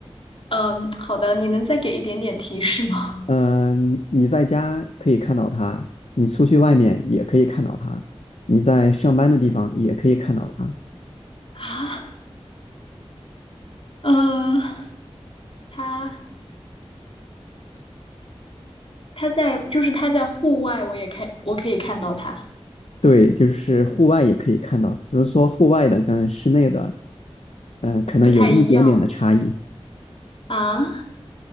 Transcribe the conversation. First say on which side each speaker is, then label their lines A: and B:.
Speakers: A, on the left; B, on the left.
A: 嗯，好的，你能再给一点点提示吗？
B: 嗯，你在家可以看到它，你出去外面也可以看到它，你在上班的地方也可以看到它。
A: <laughs> 啊，嗯，他他在就是他在户外，我也看我可以看到他，
B: 对，就是户外也可以看到，只是说户外的跟室内的，呃，可能有一点点的差异。
A: 不太一样啊。